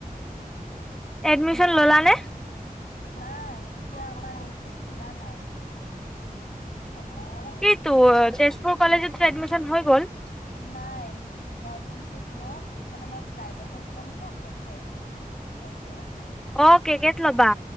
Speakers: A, in the centre; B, on the left (about 75°).
A: এডমিশন ল'লা নে
B: নাই এতিয়া আমাৰ এইটো খোলা নাই এডমিচনৰ
A: কিটো অ চেচ তোৰ কলেজত এডমিছন হৈ গ'ল
B: নাই মই যোনটোত ল'ম মানে মই প্ৰাইভেটত ল'মতো কে কে সেয়াতে
A: অ' কে কেত ল'বা